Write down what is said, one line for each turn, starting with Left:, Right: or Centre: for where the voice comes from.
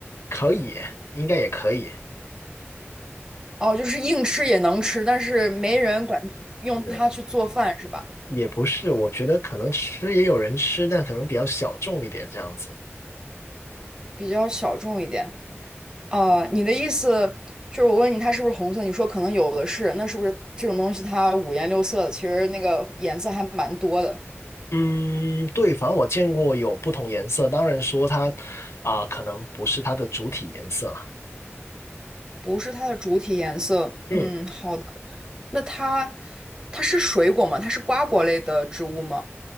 Left: 可以，应该也可以，
Right: 哦，就是硬吃也能吃，但是没人管用它去做饭是吧？
Left: 是，也不是，我觉得可能吃也有人吃，但可能比较小众一点这样子。
Right: 比较小众一点。啊、你的意思就是我问你它是不是红色，你说可能有的是，那是不是这种东西它五颜六色的？其实那个颜色还蛮多的。
Left: 嗯，对，反正我见过有不同颜色，当然说它啊，可能不是它的主体颜色了。
Right: 不是它的主体颜色。
Left: 嗯，
Right: 嗯，好的。那它它是水果吗？它是瓜果类的植物吗？